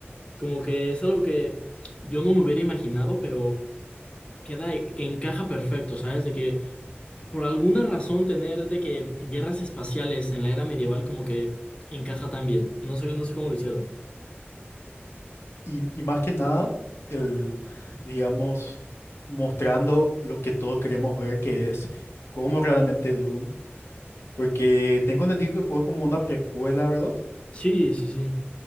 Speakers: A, on the left (about 25°); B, on the left (about 75°).
A: como que es algo que yo no me hubiera imaginado, pero queda, que encaja perfecto, ¿sabes? De que Por alguna razón tener de que guerras espaciales en la era medieval como que encaja tan bien. No sé, no sé cómo lo hicieron.
B: Y, y más que nada, el, digamos, mostrando lo que todos queremos ver, que es cómo realmente Doom. Porque tengo entendido que el juego es como una precuela, ¿verdad?
A: Sí, sí, sí.